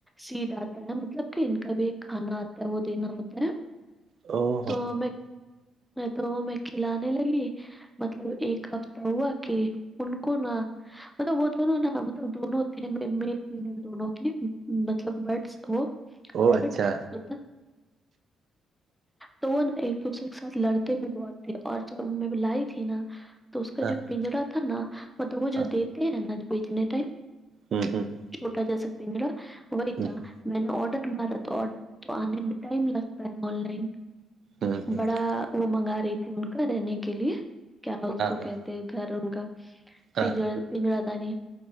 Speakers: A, in the centre; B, on the right.
A: سیڈ آتا ہے مطلب کہ ان کا بھی ایک کھانا آتا ہے وہ دینا ہوتا ہے
B: او
A: تو میں تو میں کھلانے لگی مطلب ایک ہفتہ ہوا کہ ان کو نا مطلب وہ دونوں نا دونوں تھے میل فیمیل دونوں مطلب برڈس ہو
B: او
A: پیرٹ
B: اچھا
A: طوطا تو وہ نا ایک دوسرے کے ساتھ لڑتے بھی بہت تھے اور جب میںں بولائی تھی نا تو اس کا
B: ہاں
A: جو پنجرا تھا نا مطلب وہ
B: ہاں
A: جو دیتے ہیں نا بیچنے ٹائم
B: ہ ہ
A: چھوٹا جیسا پنجرا وہی
B: ہ
A: تھا میں نے آڈر مار تو آڈر تو آنے میں ٹائم لگتا ہے آن لائن
B: ہ ہاں
A: بڑا وہ منگا رہی تھی ان کا رہنے کے لیے کیا اس کو
B: ہاں
A: کہ گھر ان کا
B: ہاں
A: پنجرا پنجرا دانی